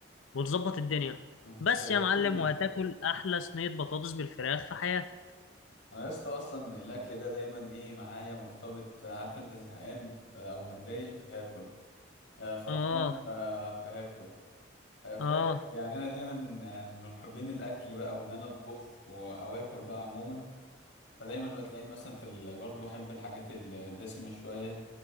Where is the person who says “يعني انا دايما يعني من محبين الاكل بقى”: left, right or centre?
Left